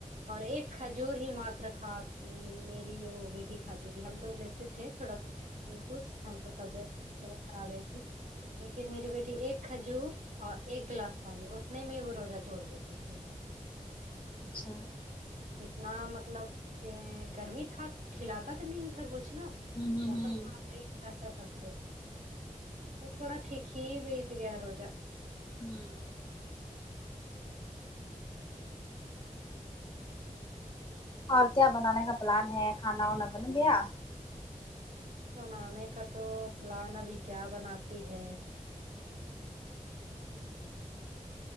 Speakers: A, on the right; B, on the left.
A: اور ایک کھجور ہی ماتر کھا میری وہ بیٹی کھاتی تھی ہم تو لیتے تھے تھوڑا جوس ووس ہم کو طبیعت تھوڑا خراب ہے اس لیے لیکن میری بیٹی ایک کھجور اور ایک گلاس پانی اتنے ہی میں وہ روزہ توڑ دیتی تھی
B: اچھا
A: اتنا مطلب کہ گرمی تھا کھلاتا تو نہیں تھا کچھ ناں
B: ہوں
A: موسم
B: ہوں
A: تھوڑا صحیح رہتا تب تو تو تھوڑا ٹھیک ہی بیت گیا روزہ
B: <inaudible> اور کیا بنانے کا پلان ہے کھانا وانا بن گیا
A: بنانے کا تو پلان ابھی کیا بناتی ہے ہوں